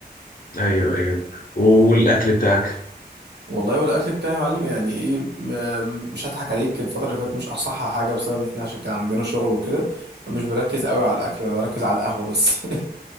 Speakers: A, on the left (about 55°); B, on the right (about 80°).
A: ايوه ايوه والاكل بتاعك
B: والله والاكل بتاعي يا معلم يعني ايه م- مش هضحك عليك الفتره اللي فاتت مش اصح حاجه بسبب ان احنا عشان كان عندنا شغل وكده فمش بركز قوي على الاكل انا بركز على القهوه بس <laughs>